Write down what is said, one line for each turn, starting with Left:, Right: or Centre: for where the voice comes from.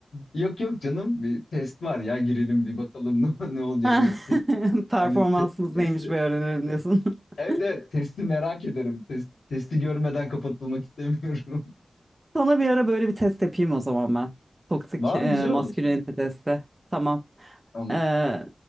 Left: Yok yok canım bir test var ya girelim bir bakalım <laughs> ne, ne olacak.
Right: Ha,
Left: Bir test,
Right: <laughs> Performansımız
Left: hani te, test
Right: neymiş bir öğrenelim diyorsun. <laughs>
Left: Evet evet testi merak ederim. Test, testi görmeden kapatılmak istemiyorum.
Right: Sana bir ara böyle bir test yapayım o zaman ben.
Left: <laughs>
Right: Toksik
Left: Valla
Right: e,
Left: güzel
Right: maskülenite
Left: olur.
Right: testi. Tamam.
Left: Olur.
Right: Ee,